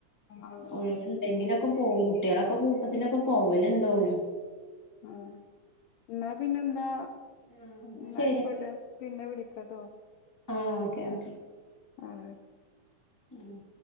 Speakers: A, on the left; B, on the left.
A: ആഹ്
B: ഒഴിവ്ണ്ടെങ്കിലൊക്കെ പോവും കുട്ട്യാളെക്കെ കൂട്ടത്തിലൊക്കെ പോവല്ണ്ട് ഓനും
A: ആഹ് ഇന്നാ പിന്നെന്താ?
B: ആഹ് എന്നാ
A: ഇന്നായിക്കോട്ടേ
B: ശരിന്നാ
A: പിന്നെ വിളിക്കാട്ടോ
B: ആഹ് ഓക്കേ ഓക്കേ
A: ആഹ്
B: ഉം